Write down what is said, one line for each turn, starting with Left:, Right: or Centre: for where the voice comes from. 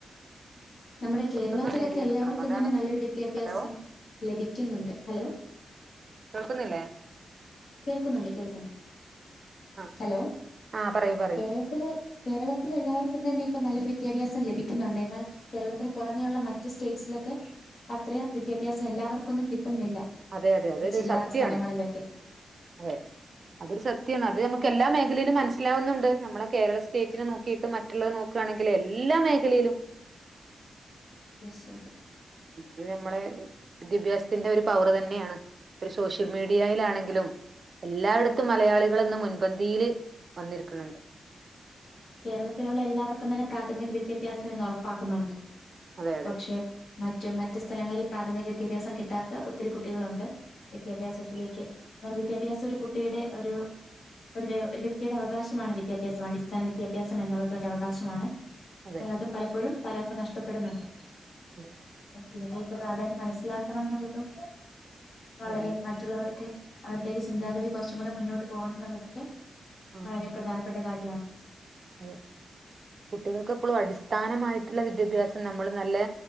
Left: നമ്മുടെ
Right: പുറത്തുനിന്ന്
Left: കേരളത്തിലൊക്കെ
Right: നേടിയെടുക്കണം
Left: എല്ലാവർക്കും
Right: അതാണ്
Left: തന്നെ നല്ലൊരു വിദ്യാഭ്യാസം
Right: ഹലോ
Left: ലഭിക്കുന്നുണ്ട്. ഹലോ
Right: കേൾക്കുന്നില്ലേ
Left: കേൾക്കുന്നുണ്ട് കേൾക്കുന്നു
Right: ആ
Left: ഹലോ
Right: ആ പറയൂ പറയൂ
Left: കേരളത്തിലെ കേരള എല്ലാവർക്കും തന്നെ ഇപ്പ നല്ലൊരു വിദ്യാഭ്യാസം ലഭിക്കുന്നുണ്ട് എന്നാൽ കേരളത്തിന് പുറമെയുള്ള മറ്റ സ്റ്റേറ്റ്സിലൊക്കെ അത്ര വിദ്യാഭ്യാസം എല്ലാവർക്കുമൊന്നും കിട്ട് ട്ടുന്നില്ല
Right: അതെ അതെ അതൊരു
Left: ചില
Right: സത്യാണ്
Left: സ്ഥലങ്ങളിലൊക്കെ
Right: അതെ അതൊരു സത്യമാണ് അത് നമുക്ക് എല്ലാ മേഖലയിലും മനസ്സിലാവകുന്നുണ്ട് നമ്മളെ കേരള സ്റ്റെറ്റിനെ നോക്കിട്ട് മറ്റുള്ളത് നോ കാണെങ്കില് എല്ലാ മേഖലയിലും
Left: തീർച്ചയായിട്ടും
Right: അത് നമ്മളെ വിദ്യാഭ്യാസത്തിന്റെ ഒരു പവറ് തന്നെയാണ് ഒരു സോഷ്യൽ മീഡിയയിലാണെങ്കിലും എല്ലായിടത്തും മലയാളികളെന്ന് മുൻപന്തിയില് വന്നിരിക്കുന്നുണ്ട്
Left: കേരളത്തിലുള്ള എല്ലാവർക്കും തന്നെ പ്രാഥമിക വി ദ്യാഭ്യാസം ഇന്ന് ഉറപ്പാക്കുന്നുണ്ട്
Right: അതെ അതെ
Left: പക്ഷെ മ മറ്റ് സ്ഥലങ്ങളിൽ പ്രാഥമിക വിദ്യാഭ്യാസം കിട്ടാത്ത ഒത്തിരി കുട്ടികളുണ്ട് വിദ്യാഭ്യാസത്തിലേക്ക് എന്നാൽ വിദ്യാഭ്യാസ ഒരു കുട്ടിയുടെ ഒരു ഒരു ഒരു വ്യക്തിയുടെ അവകാശമാണ് വിദ്യാഭ്യാസം അടിസ്ഥാന വിദ്യ വ്യത്യാസം എന്നുള്ളത് ഒരു അവകാശമാണ്
Right: അതെ
Left: എന്നാൽ അത് പലപ്പഴും പലർക്കും നഷ്ടപ്പെടുന്ന്ണ്ട്
Right: അതെ
Left: ഇതിന്റെക്കെ പ്രാധാന്യം മനസ്സിലാക്കണം എന്നുള്ളതും വളരെ
Right: അതെ അതെ
Left: മറ്റുള്ളവർക്കെ അവരുടെ ഒരു ചിന്താഗതി കുറച്ചും കൂടെ മുന്നോട്ട് പോകണം എന്നുള്ളതൊക്കെ
Right: ഉം
Left: വളരെ
Right: ഉം
Left: പ്രധാനപ്പെട്ട കാര്യ യാ
Right: അതെ കുട്ടികൾക്ക്എപ്പോഴും അടിസ്ഥാനമായിട്ടുള്ള വിദ്യാഭ്യാസം നമ്മൾ നല്ല